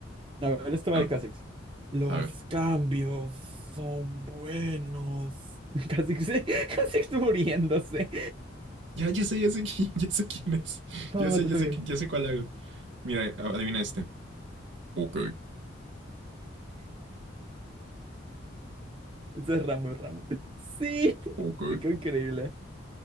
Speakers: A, on the right (about 25°); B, on the right (about 70°).
A: A ver, este va
B: al-
A: de Kha'Zix. Los
B: a ver.
A: cambios son buenos. <laughs> Kha'Zix, <laughs> Kha'Zix muriéndose.
B: Ya, ya sé, ya sé, qui- <laughs> ya sé quién es.
A: Papá,
B: Ya sé,
A: te
B: ya
A: toca.
B: sé, qui- ya sé cuál hago. Mira, a- adivina este. Ok,
A: Ese es Rambo, Rambo. <laughs> Sí,
B: ok,
A: te quedó increíble.